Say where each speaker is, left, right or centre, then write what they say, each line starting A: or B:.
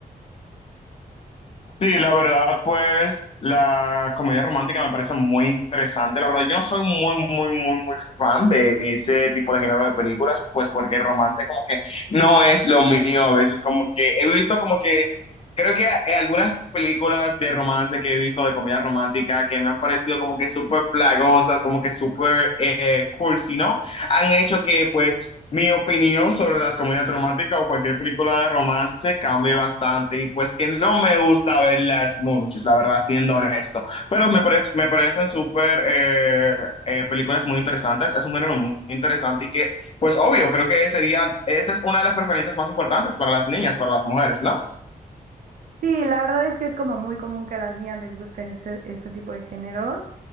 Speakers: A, on the left; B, on the right.
A: Sí, la verdad, pues la comedia romántica me parece muy interesante. La verdad, yo no soy muy, muy, muy, muy fan de ese tipo de género de películas, pues porque el romance como que no es lo mío a veces, como que he visto como que, creo que eh, algunas películas de romance que he visto de comedia romántica que me han parecido como que súper plagosas, como que súper eh, cursi, ¿no? Han hecho que pues mi opinión sobre las comedias románticas o cualquier película de romance cambia bastante y pues que no me gusta verlas mucho, la verdad, siendo honesto. Pero me, pare- me parecen súper eh, eh, películas muy interesantes, es un género muy interesante y que pues obvio, creo que sería, esa es una de las preferencias más importantes para las niñas, para las mujeres, ¿no?
B: Sí, la verdad es que es como muy común que a las niñas les gusten este, este tipo de géneros,